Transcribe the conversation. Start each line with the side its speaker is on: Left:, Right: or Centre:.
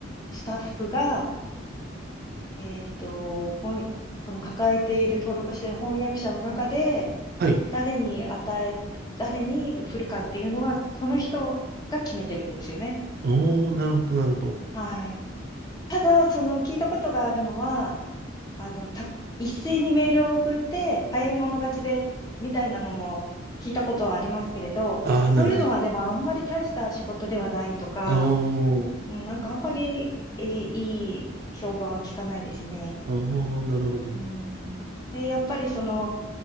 Left: スタッフが、えっと、本、その抱えている、登録している翻訳者の中で、
Right: はい。
Left: 誰に与え、誰に振るかっていうのは、その人が決めてるんですよね。
Right: おー、
Left: うん、
Right: なるほど、なるほど。
Left: はい。ただ、その聞いたことがあるのは、あの、た、一斉にメールを送って、早い者勝ちで、みたいなのも聞いたことはありますけれど、
Right: ああ、なるほど。
Left: そういうのはでもあんまり大した仕事ではないとか、
Right: あー
Left: うんなんかあんまり、えーいい評判は聞かないですね。
Right: あー、なるほど。
Left: うん。え、やっぱりその、